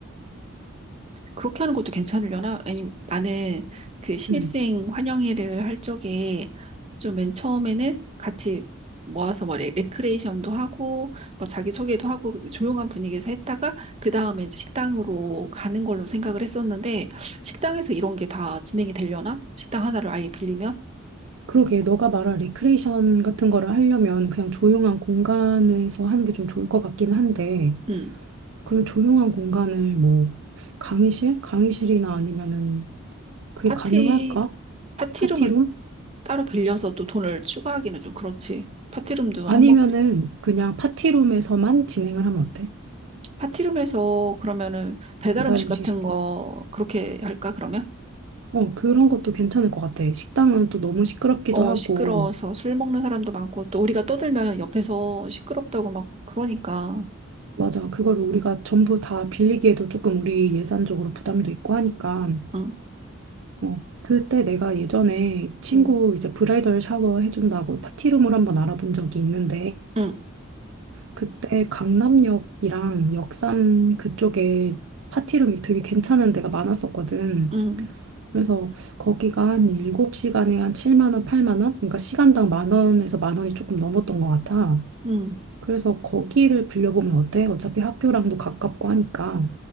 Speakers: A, on the right; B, on the right.
A: 그렇게 하는 것도 괜찮으려나? 아니, 나는 그 신입생
B: 음.
A: 환영회를 할 적에 좀 맨 처음에는 같이 모아서 뭐 레, 레크레이션도 하고, 뭐 자기소개도 하고, 조용한 분위기에서 했다가, 그 다음에 이제 식당으로 가는 걸로 생각을 했었는데, 식당에서 이런 게 다 진행이 되려나? 식당 하나를 아예 빌리면?
B: 그러게 너가 말한 리크레이션 같은 거를 하려면 그냥 조용한 공간에서 하는 게 좀 좋을 것 같긴 한데
A: 음,
B: 그런 조용한 공간을 뭐 강의실? 강의실이나 아니면은 그게
A: 파티,
B: 가능할까?
A: 파티룸을
B: 파티룸?
A: 따로 빌려서 또 돈을 추가하기는 좀 그렇지. 파티룸도
B: 아니면은
A: 한번 빌려.
B: 그냥 파티룸에서만 진행을 하면 어때?
A: 파티룸에서 그러면은 배달
B: 배달
A: 음식
B: 음식
A: 같은
B: 시켜.
A: 거 그렇게 할까, 그러면?
B: 어, 그런 것도 괜찮을 것 같아. 식당은 또 너무 시끄럽기도
A: 어,
B: 하고.
A: 시끄러워서 술 먹는 사람도 많고 또 우리가 떠들면 옆에서 시끄럽다고 막 그러니까.
B: 맞아. 그걸 우리가 전부 다 빌리기에도 조금 우리 예산적으로 부담도 있고 하니까.
A: 응,
B: 어, 그때 내가 예전에 친구
A: 응,
B: 이제 브라이덜 샤워 해준다고 파티룸을 한번 알아본 적이 있는데
A: 응,
B: 그때 강남역이랑 역삼 그쪽에 파티룸이 되게 괜찮은 데가 많았었거든.
A: 응,
B: 그래서 거기가 한 7시간에 한 7만 원, 8만 원? 그러니까 시간당 만 원에서 만 원이 조금 넘었던 것 같아.
A: 응.
B: 그래서 거기를 빌려보면 어때? 어차피 학교랑도 가깝고 하니까.